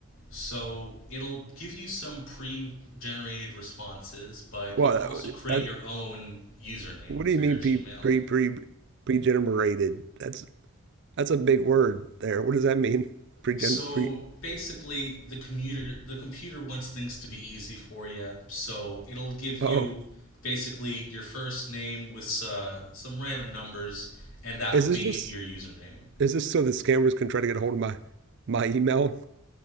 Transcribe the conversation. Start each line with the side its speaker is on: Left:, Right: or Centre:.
Left: So it'll give you some pre-generated responses, but
Right: Well,
Left: you can also create
Right: that,
Left: your own username
Right: What
Left: for
Right: do you
Left: your
Right: mean
Left: Gmail.
Right: pre pre pre pregenerated? That's that's a big word there. What does that mean? Pregen
Left: So
Right: pre
Left: basically, the computer the computer wants things to be easy for you, so it'll give you
Right: oh.
Left: basically your first name with uh, some random numbers, and that
Right: Is
Left: will
Right: this
Left: be
Right: just
Left: your username.
Right: is this so the scammers can try to get a hold of my my email?